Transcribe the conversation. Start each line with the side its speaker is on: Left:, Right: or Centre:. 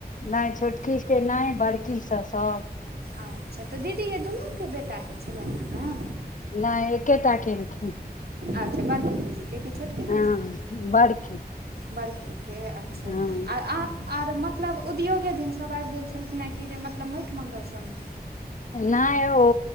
Left: नै छोटकी के नै, बड़की से सब।
Right: अच्छा तऽ दीदी हे दुनू के बेटा के छलैन हय ना।
Left: नहि एकेटा केलखिन
Right: अच्छा बड़की भौजी कियैकि छोटकी
Left: हँ
Right: भौजीके
Left: बड़की
Right: बड़कीके अच्छा
Left: हँ
Right: आर आप आर मतलब उद्योगे दिन सब आबि गेल छलखिनें कि जे मतलब माटि मंगल सबमे
Left: नहि ओ